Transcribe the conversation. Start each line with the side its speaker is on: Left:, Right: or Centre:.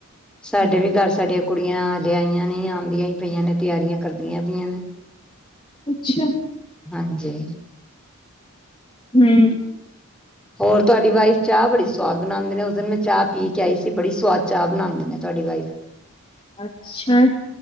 Centre: ਸਾਡੇ ਵੀ ਘਰ ਸਾਡੀਆਂ ਕੁੜੀਆਂ ਲਿਆਈਆਂ ਨੇ ਆਉਂਦੀਆਂ ਹੀ ਪਈਆਂ ਨੇ ਤਿਆਰੀਆਂ ਕਰਦੀਆਂ ਪਈਆਂ ਨੇ।
Left: ਅੱਛਾ।
Centre: ਹਾਂਜੀ
Left: ਹਮ।
Centre: ਹੋਰ ਤੁਹਾਡੀ ਵਾਈਫ ਚਾਹ ਬੜੀ ਸਵਾਦ ਬਣਾਉਂਦੇ ਨੇ ਉਸ ਦਿਨ ਮੈਂ ਚਾਹ ਪੀ ਕੇ ਆਈ ਸੀ ਬੜੀ ਸਵਾਦ ਚਾਹ ਬਣਾਉਂਦੇ ਨੇ ਤੁਹਾਡੀ ਵਾਈਫ।
Left: ਅੱਛਾ।